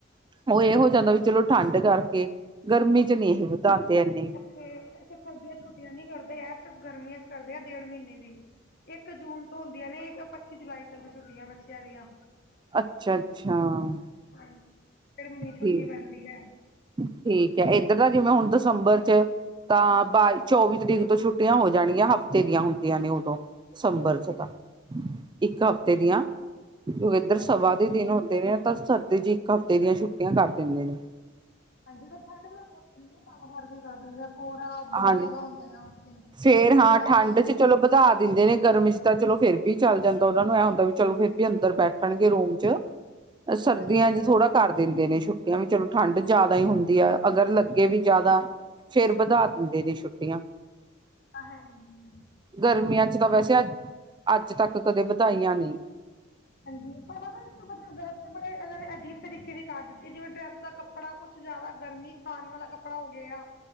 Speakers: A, on the right; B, on the left.
A: ਉਹ ਇਹ ਹੋ ਜਾਂਦਾ ਵੀ ਚਲੋ ਠੰਡ ਕਰਕੇ ਗਰਮੀ 'ਚ ਨਹੀਂ ਇਹ ਵਧਾਉਂਦੇ ਇਨੀਂ।
B: ਤੇ ਇੱਥੇ ਸਰਦੀਆਂ 'ਚ ਛੁੱਟੀਆਂ ਨੀ ਕਰਦੇ, ਆ ਸਿਰਫ਼ ਗਰਮੀਆਂ 'ਚ ਕਰਦੇ ਆ ਡੇਢ ਮਹੀਨੇ ਦੀ। ਇੱਕ ਜੂਨ ਤੋਂ ਹੁੰਦੀਆਂ ਨੇ ਇੱਕ ਪੱਚੀ ਜੁਲਾਈ ਤੱਕ ਛੁੱਟੀਆਂ ਬੱਚਿਆਂ ਦੀਆਂ।
A: ਅੱਛਾ ਅੱਛਾ
B: ਹਾਂਜੀ ਡੇਢ ਮਹੀਨੇ ਦੀ ਛੁੱਟੀ
A: ਠੀਕ
B: ਰਹਿੰਦੀ ਆਂ।
A: ਠੀਕ ਹੈ ਇੱਧਰ ਤਾਂ ਜਿਵੇਂ ਹੁਣ
B: ਹਾਂਜੀ
A: ਦਸੰਬਰ 'ਚ ਤਾਂ। ਚੌਵੀ ਤਰੀਕ ਤੋਂ ਛੁੱਟੀਆਂ ਹੋ ਜਾਣਗੀਆਂ ਹਫ਼ਤੇ ਦੀਆਂ ਹੁੰਦੀਆਂ ਨੇ ਉਦੋਂ ਦਸੰਬਰ 'ਚ ਤਾਂ। ਇੱਕ ਹਫ਼ਤੇ ਦੀਆਂ ਕਿਉਂ ਏਧਰ
B: ਹਾਂਜੀ
A: ਸਭਾ ਦੇ ਦਿਨ। ਹੁੰਦੇ ਏ ਤਾਂ ਸਰਦੀ 'ਚ ਇੱਕ ਹਫ਼ਤੇ ਦੀਆਂ ਛੁੱਟੀਆਂ ਕਰ ਦਿੰਦੇ ਨੇ।
B: ਹਾਂਜੀ ਤੇ ਠੰਡ ਵੀ ਬਹੁਤ ਵਧੀਆ ਕੰਮ ਕਰਦੀ ਕਰ ਦਿੰਦੇ ਆ ਕੋਰਾ ਬਹੁਤ
A: ਹਾਂਜੀ
B: ਜ਼ਿਆਦਾ ਹੁੰਦਾ ਆ। ਉੱਥੇ
A: ਫੇਰ ਹਾਂ
B: ਧੁੰਦ
A: ਠੰਡ 'ਚ। ਚਲੋ ਵਧਾ ਦਿੰਦੇ ਨੇ ਗਰਮ 'ਚ ਤਾਂ ਚਲੋ ਫੇਰ ਵੀ ਚੱਲ ਜਾਂਦਾ, ਉਹਨਾਂ ਨੂੰ ਇਹ ਹੁੰਦਾ ਵੀ ਚਲੋ ਫਿਰ ਵੀ ਅੰਦਰ ਬੈਠਣਗੇ ਰੂਮ 'ਚ। ਸਰਦੀਆਂ
B: ਹਾਂਜੀ
A: 'ਚ ਥੋੜ੍ਹਾ ਕਰ ਦਿੰਦੇ ਨੇ ਛੁੱਟੀਆਂ ਵੀ ਚਲੋ ਠੰਢ ਜ਼ਿਆਦਾ ਹੀ ਹੁੰਦੀ ਆ ਅਗਰ। ਲੱਗੇ ਵੀ ਜ਼ਿਆਦਾ,
B: ਜੀ ਬਿਲਕੁਲ
A: ਫਿਰ ਵਧਾ ਦਿੰਦੇ ਨੇ ਛੁੱਟੀਆਂ।
B: ਹਾਂਜੀ।
A: ਗਰਮੀਆਂ 'ਚ ਤਾਂ ਵੈਸੇ ਅੱ ਅੱਜ ਤੱਕ ਕਦੇ ਵਧਾਈਆਂ ਨਹੀਂ।
B: ਹਾਂਜੀ ਪਰ ਪਤਾ ਇਸ ਤੋ ਬੜੇ ਇਹਨਾਂ ਨੇ ਅਜੀਬ ਤਰੀਕੇ ਦੀ ਕਰ ਦਿੱਤੀ ਜਿਵੇਂ ਡਰੈਸ ਦਾ ਕੱਪੜਾ ਕੁਛ। ਜ਼ਿਆਦਾ ਗਰਮੀ 'ਚ ਪਾਉਣ ਵਾਲਾ ਕੱਪੜਾ ਹੋ ਗਿਆ,